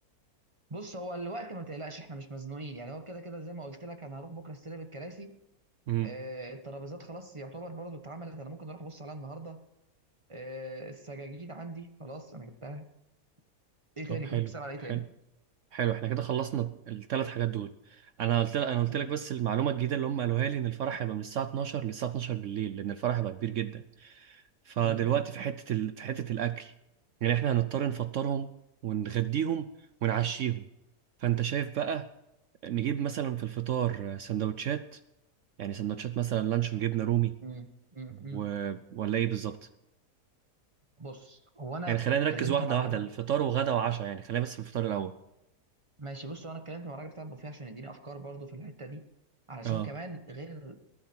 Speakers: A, on the right (about 20°); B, on the right (about 65°).
A: بص هو الوقت ما تقلقش احنا مش مزنوقين يعني هو كده كده زي ما قلت لك انا هروح بكره استلم الكراسي
B: امم
A: آه، الترابيزات خلاص يعتبر برضو اتعملت انا ممكن اروح ابص عليها النهارده آه، السجاجيد عندي خلاص انا جبتها ايه
B: طب
A: تاني
B: حلو
A: كنت بتسأل على ايه
B: حلو
A: تاني
B: حلو احنا كده خلصنا الثلاث حاجات دول انا قلت لك انا قلت
A: مم.
B: لك بس المعلومة الجديدة اللي هم قالوها لي ان الفرح هيبقى من الساعة 12 للساعة 12 بالليل لان الفرح هيبقى كبير جدا فدلوقتي
A: مم.
B: في حتة ال... في حتة الأكل يعني إحنا هنضطر نفطرهم ونغديهم ونعشيهم فأنت شايف بقى نجيب مثلا في الفطار سندوتشات يعني سندوتشات مثلا لانشون جبنة رومي
A: مم. مم. مم.
B: و... ولا إيه بالظبط
A: بص هو انا
B: يعني خلينا نركز
A: اتكلمت
B: واحدة
A: مع الراجل
B: واحدة الفطار وغدا وعشاء يعني خلينا بس في الفطار الأول
A: ماشي بص هو انا اتكلمت مع الراجل بتاع البوفيه عشان يديني افكار برضو في الحته دي علشان
B: اه
A: كمان غير